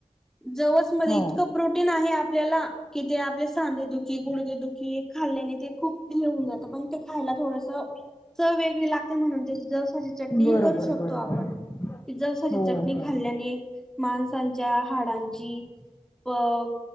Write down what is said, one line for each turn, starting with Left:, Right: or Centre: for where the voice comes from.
Centre: जवस मध्ये
Left: हो
Centre: इतक.... पौष्टिक आहे आपल्याला कि ते आपले सांधे दुखी गुडगे दुखी खाल्ल्याने ते खूप... मिळून जात पण ते खायला थोडस चव वेगळी लागते म्हणून जरास... चट
Left: बरोबर
Centre: करू शकतो
Left: बरोबर
Centre: आपण जसा
Left: हो
Centre: चटणी
Left: हो
Centre: खाल्ल्याने मा त्यांच्या हाडांची अ